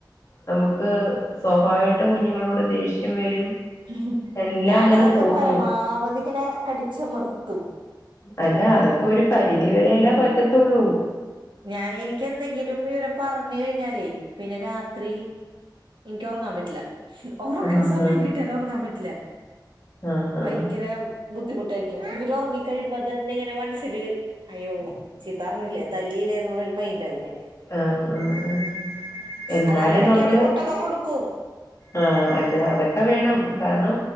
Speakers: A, on the left; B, on the right.
A: നമുക്ക് സ്വാഭാവികായിട്ടും കുഞ്ഞുങ്ങളോട് ദേഷ്യം വരും.
B: ഉംഹും.
A: എല്ലാം
B: ഞാനതൊക്കെ
A: അങ്ങനെ തോന്നും
B: പരമാവധി ഇങ്ങനെ കടിച്ചമർത്തും.
A: അല്ലാ അതൊക്കെ ഒരു പരിധി വരെയല്ലേ പറ്റത്തൊള്ളൂ.
B: ഞാൻ എനിക്കെന്തെങ്കി നും ഇവനെ പറഞ്ഞു കഴിഞ്ഞാലേ പിന്നെ രാത്രി എനിക്ക് ഉറങ്ങാൻ പറ്റില്ല. ഒറങ്ങാൻ
A: ആഹ് ആഹ്
B: സമയം കിട്ടിയാലും ഒറങ്ങാൻ പറ്റില്ല.
A: ആഹ് ആഹ്
B: ഭയങ്കര ബുദ്ധിമുട്ടായിരിക്കും. ഇവര് ഒറങ്ങി കഴിയുമ്പോ അതന്നെ ഇങ്ങനെ മനസ്സിൽ അയ്യോ ചീത്ത പറഞ്ഞില്ലേ തല്ലീല്ലെ എന്നുള്ളൊരു മൈൻഡാവും പിന്നെ.
A: ആഹ് ആഹ് ആഹ്. എന്നാലും
B: അന്നാലും എടക്കോരേ
A: നമ്മള്
B: കൊട്ടൊക്കെ കൊടുക്കും.
A: ആഹ് അത് അതൊക്കെ വേണം. കാരണം